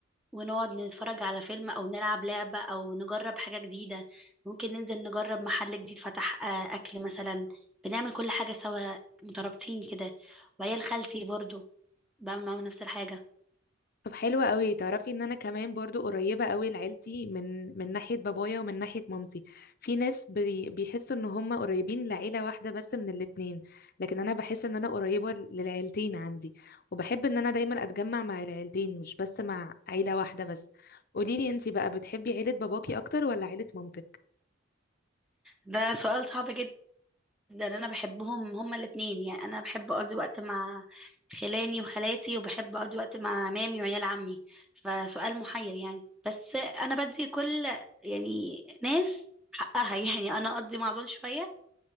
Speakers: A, in the centre; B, on the left.
A: ونقعد نتفرج على فيلم او نلعب لعبة او نجرب حاجة جديدة ممكن ننزل نجرب محل جديد فتح آه، اكل مثلا بنعمل كل حاجة سوا مترابطين كده وعيال خالتي برضو بعمل معاهم نفس الحاجة
B: طب حلوة قوي تعرفي ان انا كمان برضو قريبة قوي لعيلتي من من ناحية بابايا ومن ناحية مامتي في ناس بي بيحسوا ان هم قريبين لعيلة واحدة بس من الاتنين لكن انا بحس ان انا قريبة للعيلتين عندي وبحب ان انا دايما اتجمع مع العيلتين مش بس مع عيلة واحدة بس قوليلي انتي بقى بتحبي عيلة باباكي اكتر ولا عيلة مامتك
A: ده سؤال صعب جدا ده اللي انا بحبهم هما الاتنين يعني انا بحب اقضي وقت مع خلاني وخالاتي وبحب اقضي وقت مع عمامي وعيال عمي فسؤال محير يعني بس انا بدي كل يعني ناس حقها <laughs> يعني انا اقضي مع دول شوية